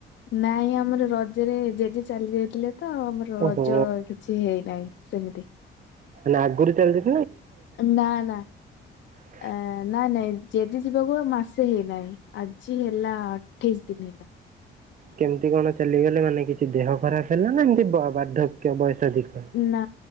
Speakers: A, on the left; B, on the right.
A: ନାଇଁ ଆମର ରଜରେ ଜେଜେ ଚାଲି ଯାଇଥିଲେ ତ ଆମର
B: ଓହୋ
A: ରଜ କିଛି ହେଇନାହିଁ ସେମିତି
B: ନା ଆଗରୁ ଚାଲି ଯା
A: ନା ନା
B: ହ
A: ଏ ନାଇଁ ନାଇଁ ଜେଜେ ଯିବାକୁ ମାସେ ହେଇନାହିଁ ଆଜି ହେଲା ଅଠେଇଶି ଦିନି
B: କେମିତି କଣ ଚାଲିଗଲେ ମାନେ କିଛି ଦେହ ଖରାପ ହେଲା ନା ଏମିତି ବାର୍ଦ୍ଧକ୍ୟ ବୟସ ଅଧିକ?
A: ନା